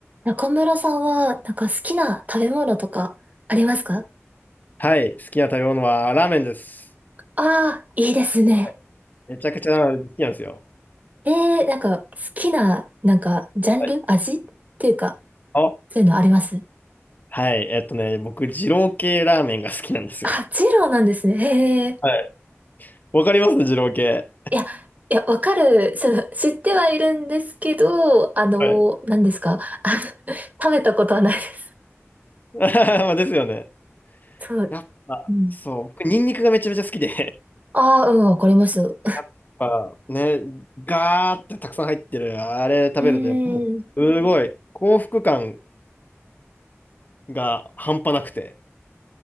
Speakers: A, on the right; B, on the left.
A: 中村さんは、なんか好きな食べ物とかありますか
B: はい、好きな食べ物はラーメンです。
A: ああー、いいですね。
B: はいめちゃくちゃラーメン好きなんですよ。
A: えー、なんか好きな、なんか、ジャンル味っていうか、
B: はいあ、
A: そういうのあります
B: はい、えっとね、僕、二郎系ラーメンが好きなんですよ。
A: あ、ジローなんですね。へえ。
B: はい。わかります二郎系。
A: いや、いや、わかる。その、知ってはいるんですけど、あの、
B: はい。
A: 何ですかあの <laughs> 食べたことはないです。
B: <laughs> まあですよね。
A: そう。
B: やっぱそう、
A: うん。
B: 僕、ニンニクがめちゃめちゃ好きで、
A: ああ、うん、わかります。う
B: やっぱね、ガーってたくさん入ってる、あれ食べると、
A: ー
B: やっぱもう、
A: ん。
B: すごい、幸福感が半端なくて。